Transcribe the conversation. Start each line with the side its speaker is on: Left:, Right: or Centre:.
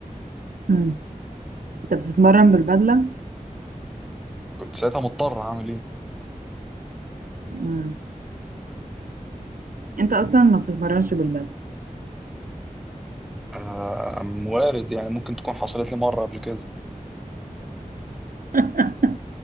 Right: مم. انت بتتمرن بالبدله
Centre: كنت ساعتها مضطر اعمل ايه
Right: مم. انت اصلا ما بتتمرنش بالبدله
Centre: آه وارد يعني ممكن تكون حصلت لي مره قبل كده
Right: <laughs>